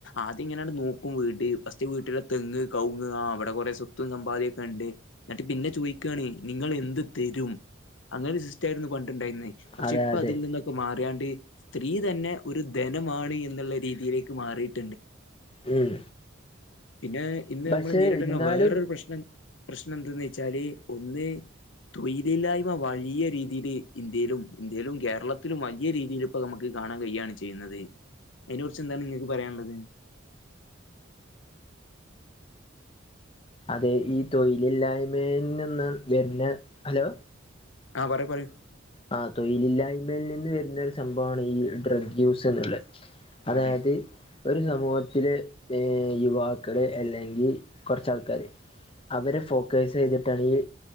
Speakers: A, on the left; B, on the left.
A: ആദ്യം ഇങ്ങനെയ നോക്കും വീട് ഫസ്റ്റ് വീട്ടില തെങ്ങ് കവങ്ങ് ആ അവിടെ കുറെ സ്വത്തും സമ്പാദ്യ ഒക്കെ ഉണ്ട് എന്നട്ട് പിന്നെ ചോയ്ക്കാണ് നിങ്ങൾ എന്ത് തരും അങ്ങനെ ഒരു സിസ്റ്റ ആയിരുന്നു പണ്ടുണ്ടായിരുന്ന പക്ഷേ
B: അതെ
A: ഇപ്പൊ
B: അതെ
A: അതിങ്ങ ഇപ്പൊ മാറിയാണ്ട് സ്ത്രീ തന്നെ ഒരു ധനമാണ് എന്നുള്ള രീതിയിലേക്ക് മാറിട്ട്
B: ഉം
A: പിന്നെ ഇന്ന്
B: പക്ഷെ
A: നമ്മള് നേരിടുന്ന
B: ഇന്നാലും
A: വേറൊരു പ്രശ്നം പ്രശ്നം എന്താന്ന് വെച്ചാല് ഒന്ന് തൊയ്ലില്ലായ്മ വലിയ രീതിൽ ഇന്ത്യയിലും ഇന്ത്യയിലും കേരളത്തിലും വലിയ രീതിയിൽ ഇപ്പൊ നമുക്ക് കാണാൻ കഴിയാണ് ചെയ്യുന്നത് അതിനെ കുറിച്ച് എന്താണ് നിങ്ങൾക്ക് പറയാനുള്ളത്
B: അതെ ഈ തൊഴിലില്ലായ്മയിൽ നിന്ന് വരുന്ന ഹലോ
A: ആഹ് പറയൂ പറയൂ
B: ആ തൊഴിലില്ലായ്മൽ നിന്ന് വരുന്ന ഒരു സംഭവമാണ് ഈ ഡ്രഗ് യൂസ് എന്നുള്ളത് അതായത്
A: അതെ
B: ഒരു സമൂഹത്തില് ഏ യുവാക്കള് അല്ലെങ്കിൽ കുറച്ചാൾക്കാര് അവരെ ഫോക്കസ് ചെയ്തിട്ടാണ് ഈ